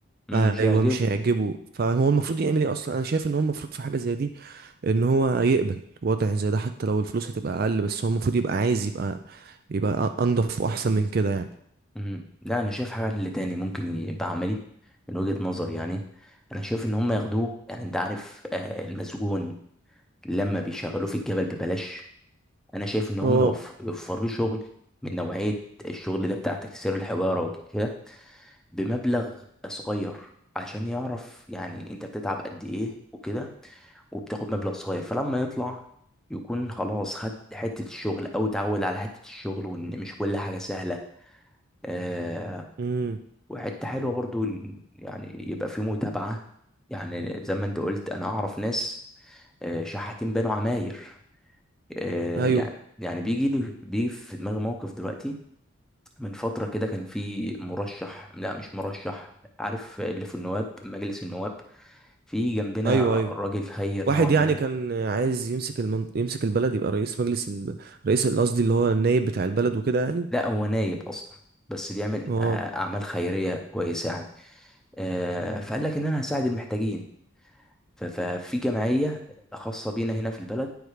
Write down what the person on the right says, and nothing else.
ايوه
مش هيعجبه فهو المفروض يعمل ايه اصلا انا شايف ان هو المفروض في حاجه زي دي ان هو يقبل وضع زي ده حتى لو الفلوس هتبقى اقل بس هو المفروض يبقى عايز يبقى يبقى انضف واحسن من كده يعني
اه
امم
ايوه
ايوه
ايوه
واحد
يعني
كان عايز يمسك المن... يمسك البلد يبقى رئيس مجلس ال... رئيس قصدي اللي هو النائب بتاع البلد وكده يعني
اه